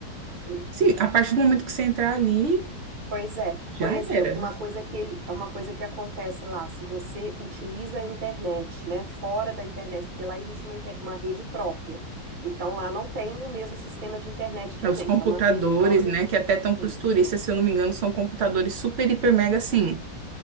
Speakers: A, on the right (about 45°); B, on the right (about 85°).
A: sim.
B: Sim, a partir do momento que você entrar ali,
A: Pois é,
B: já
A: por exemplo,
B: era.
A: uma coisa que ele, uma coisa que acontece lá, se você utiliza a internet, né, fora da internet, porque lá existe uma, inter- uma rede própria. Então lá não tem o mesmo sistema de internet que a
B: Os
A: gente,
B: computadores,
A: é uma rede própria.
B: né, que até estão para
A: Isso.
B: os turistas, se eu não me engano, são computadores super, hiper, mega assim